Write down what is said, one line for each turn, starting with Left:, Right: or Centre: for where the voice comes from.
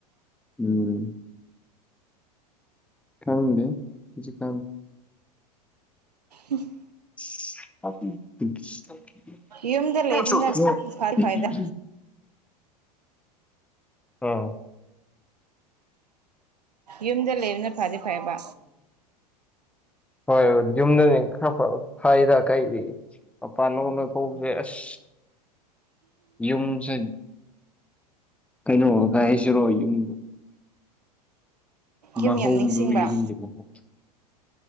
Centre: ꯎꯝ ꯈꯪꯗꯦꯗ ꯍꯧꯖꯤꯛꯀꯥꯟ
Right: ꯎꯝ
Centre: ꯑ <unintelligible>
Right: ꯌꯨꯝꯗ ꯂꯩꯕꯅ
Centre: UNINTELLIGIBLE
Right: ꯐꯗꯤ ꯐꯩꯗ
Centre: ꯑꯥ
Right: ꯌꯨꯝꯗ ꯂꯩꯕꯅ ꯐꯗꯤ ꯐꯩꯌꯦꯕ
Centre: ꯍꯣꯏꯣꯏ ꯌꯨꯝꯗꯅꯦ ꯈꯔ ꯐꯩꯔ ꯀꯩꯗꯤ ꯑꯄꯥ ꯅꯧꯅ ꯊꯣꯛꯁꯦ ꯑꯁ ꯌꯨꯝꯁꯦ ꯀꯩꯅꯣ ꯀꯥꯏ ꯍꯥꯏꯁꯤꯔꯣ ꯌꯨꯝ ꯃꯍꯧꯗꯨ
Right: ꯌꯨꯝ ꯌꯥꯝ ꯅꯤꯡꯁꯤꯡꯕ
Centre: ꯌꯨꯝꯒꯤ ꯃꯍꯧ